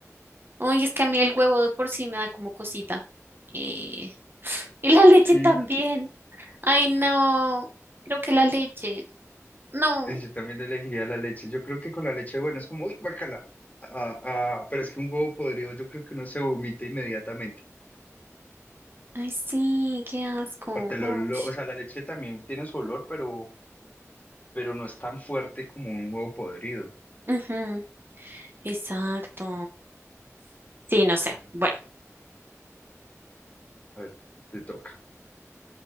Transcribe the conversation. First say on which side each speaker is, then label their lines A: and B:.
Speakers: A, on the right; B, on the left.
A: Ay, es que a mí el huevo de por sí me da como cosita. Eh, <gasps> Y la leche
B: Y,
A: también. Ay, no. Creo que la leche. No.
B: y yo también elegiría la leche. Yo creo que con la leche, bueno, es como, uy, guácala. Ah, ah, pero es que un huevo podrido, yo creo que uno se vomita inmediatamente.
A: Ay, sí, qué asco.
B: Aparte, el
A: Oh,
B: olor- o sea, la leche también tiene su olor, pero, pero no es tan fuerte como un huevo podrido.
A: ujú, Exacto. Sí, no sé.
B: Em,
A: Bueno,
B: A ver, te toca.